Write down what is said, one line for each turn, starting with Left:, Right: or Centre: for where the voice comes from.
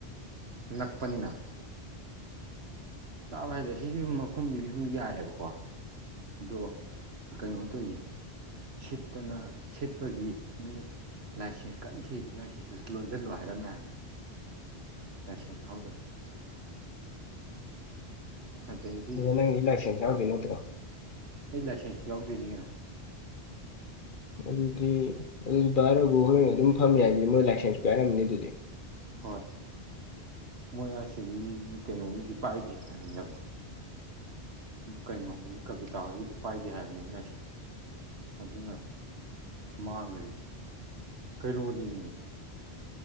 Right: ꯅꯛꯄꯅꯤꯅ ꯆꯥꯕ ꯍꯥꯏꯁꯦ ꯁꯤꯁꯨ ꯁꯨꯝ ꯃꯐꯝꯁꯤꯁꯨ ꯁꯨꯝ ꯌꯥꯏꯑꯦꯕꯀꯣ꯫ ꯑꯗꯣ ꯀꯩꯅꯣ ꯇꯧꯌꯦ꯫ ꯁꯤꯠꯇꯅ ꯁꯤꯠꯄꯒꯤ ꯃꯤ꯫ ꯂꯥꯏꯁꯦꯟꯁ ꯀꯟꯅ ꯊꯤꯔꯤꯉꯥꯏꯁꯤꯁꯨ ꯂꯣꯟꯁꯤꯜꯂꯣ ꯍꯥꯏꯔꯝꯃꯦ ꯍꯥꯏꯕꯅꯦ꯫ ꯂꯥꯏꯁꯦꯡ ꯌꯥꯎꯗꯕꯩ꯫ ꯑꯗꯩꯗꯤ
Left: ꯑꯗꯣ ꯅꯪꯒꯤ ꯂꯥꯏꯁꯦꯟꯁ ꯌꯥꯎꯗꯣꯏ ꯅꯠꯇ꯭ꯔꯣ꯫
Right: ꯑꯩ ꯂꯥꯏꯁꯦꯟꯁꯇ ꯌꯥꯎꯗꯣꯏꯅꯤ ꯀꯩꯅꯣ꯫
Left: ꯑꯗꯨꯗꯤ ꯑꯗꯨ ꯔꯒꯨ ꯍꯣꯏ ꯑꯗꯨꯝ ꯐꯝ ꯌꯥꯏꯗꯨꯗꯤ ꯃꯣꯏ ꯂꯥꯏꯁꯦꯟꯁ ꯄꯥꯏꯔꯝꯝꯕꯅꯤ ꯑꯗꯨꯗꯤ꯫
Right: ꯍꯣꯏ ꯃꯣꯏ ꯑꯁꯤꯒꯤ ꯀꯩꯅꯣꯒꯤꯗꯤ ꯄꯥꯏꯗꯦ ꯍꯥꯏꯕꯅꯦꯕ꯫ ꯀꯩꯅꯣꯍꯣꯏꯒꯤ ꯀꯕꯤꯇꯥ ꯍꯣꯏꯒꯤꯗꯣ ꯄꯥꯏꯗꯦ ꯍꯥꯏꯕꯅꯦꯕ ꯂꯥꯢꯁꯦꯟ ꯫ ꯑꯗꯨꯅ ꯃꯥꯡꯒ꯭ꯔꯤꯁꯤ꯫ ꯀꯩꯅꯣ ꯅꯦꯃꯤ꯫